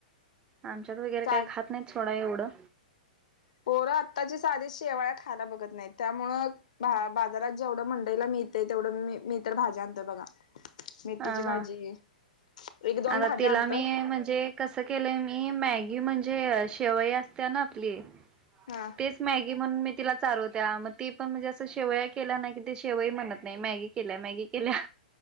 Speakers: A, on the right; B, on the left.
A: आमच्यात वगैरे
B: चा
A: काही खात नाहीत सोडा एवढं.
B: पोरं आत्ताची साधी शेवाळ खायला बघत नाही त्यामुळ बाजारात. जेवढं मंडईला मिळतय तेवढं मी मी तर भाज्या आणतोयं बघा. मेथीची
A: हा हा
B: भाजी. एक दोन
A: आता
B: भाज्या
A: तिला
B: आणतोय
A: मी म्हणजे कस केलं मी मॅगी म्हणे -जे शेवई असते ना आपली
B: हा
A: तेच मॅगी म्हणून मी तिला चारवत्या मग ती पण म्हणजे असं शेवया केल्या नाही कि ते शेवई म्हणत नाही मॅगी केल्या मॅगी केल्या.